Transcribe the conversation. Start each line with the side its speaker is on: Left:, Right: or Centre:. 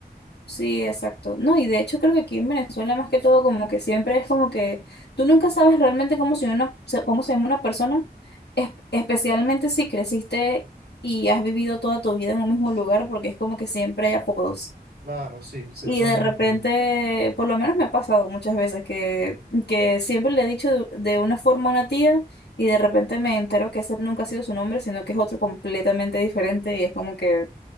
Left: sí, exacto. No, y de hecho creo que aquí en Venezuela más que todo como que siempre es como que tú nunca sabes realmente cómo se, una, se- cómo se llama una persona, es- especialmente si creciste y has vivido toda tu vida en un mismo lugar, porque es como que siempre hay apodos.
Right: Claro, sí, se
Left: Y
Right: usan
Left: de repente,
Right: mucho.
Left: por lo menos me ha pasado muchas veces que, que siempre le he dicho de, de una forma a una tía y de repente me entero que ese nunca ha sido su nombre, sino que es otro completamente diferente y es como que,